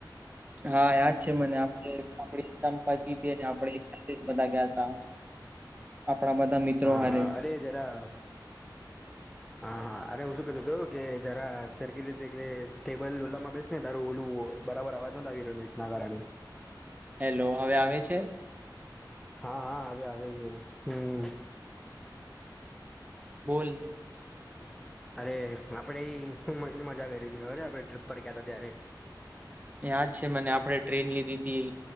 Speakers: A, on the right; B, in the centre.
A: હા યાદ છે મને આપણે આપ સંપતિ ને આપ સાથે બધા ગયા તા, આપણા બધા મિત્રો
B: હા
A: હારે,
B: હા અરે જરા, હા હા અરે હું શું કેતો હતો કે જરા સરખી રીતે એટલે સ્ટેબલ ઓલામાં બેસ. તારું ઓલું બરાબર અવાજ નથી આવી રહ્યો નેટ ના કારણે.
A: હેલો હવે આવે છે
B: હા હા હવે આવે છે હમ.
A: બોલ.
B: અરે આપડે હું મની મજા કરી હતી અરે આપડે ટ્રીપ પર ગયા હતા ત્યારે.
A: યાદ છે મને આપડે ટ્રેન લીધી તી